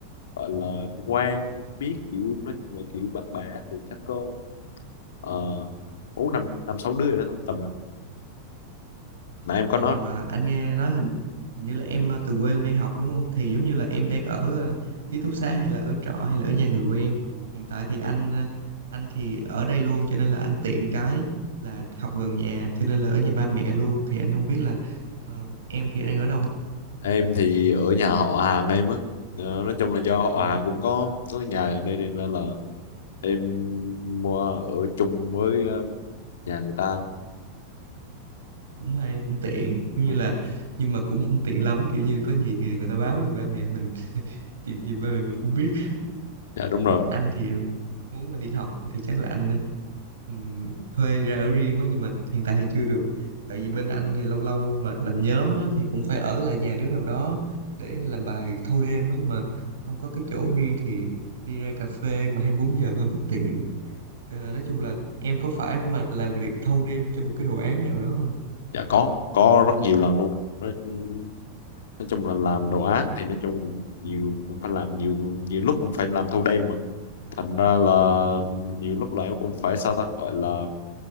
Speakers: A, on the left; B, on the right.
A: gọi là quan biết kiểu nói chung là kiểu bạn bè á thì chắc có uh, bốn năm năm sáu đứa rồi đó tầm đó nãy em có
B: Ờ
A: nói
B: mà anh nghe nói hình hình như là em ờ, từ quê lên đây học đúng không? Thì giống như là em đang ở ờ, ký túc xá hay là ở trọ hay là ở nhà người quen. Hiện tại thì anh ờ, anh thì ở đây luôn cho nên là anh tiện cái là học gần nhà cho nên là ở nhà ba mẹ luôn thì anh không biết là ờ, em thì đang ở đâu.
A: em thì ở nhà họ hàng em á Ờ, nói chung là do họ
B: Ừ,
A: hàng cũng có có nhà ở đây nên là, là em mua ở chung với ờ, nhà người ta
B: cũng hay cũng tiện giống như
A: Ừ,
B: là nhưng mà cũng không tiện lắm kiểu như có gì thì người ta báo gì ba mẹ mình chuyện gì ba mẹ mình cũng biết
A: dạ đúng rồi
B: anh thì muốn mà đi học thì chắc là anh ừm, thuê ra ở riêng quá nhưng mà hiện tại thì chưa được tại vì bên anh thì lâu lâu mà làm nhóm á, thì cũng phải ở lại nhà đứa nào đó để làm bài thâu đêm á, mà không có cái chỗ riêng thì đi ra cà phê mà 24 giờ hơi bất tiện Ờ, nói chung là em có phải mà làm việc thâu đêm cho một cái đồ án nào đó không
A: dạ có có rất nhiều lần luôn Đấy, ừ, nói chung là làm đồ án thì nói chung cũng nhiều cũng phải làm nhiều nhiều lúc cũng phải làm thâu đêm mà thành ra là nhiều lúc lại em cũng phải sao ta gọi là